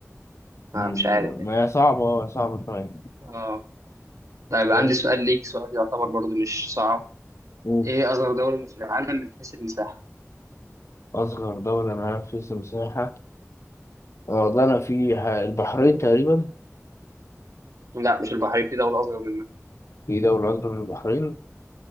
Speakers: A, on the left; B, on the right.
A: مم،
B: ما مش عارف يعني
A: ما هي صعبة اه صعبة شوية
B: آه طيب
A: ماشي
B: عندي سؤال ليك سؤال يعتبر برضو مش صعب
A: أوه.
B: إيه أصغر دولة في العالم من حيث المساحة؟
A: أصغر دولة منافسة مساحة والله أنا في ح- البحرين تقريبا
B: لا مش البحرين في دولة أصغر منها
A: في دولة أكبر من البحرين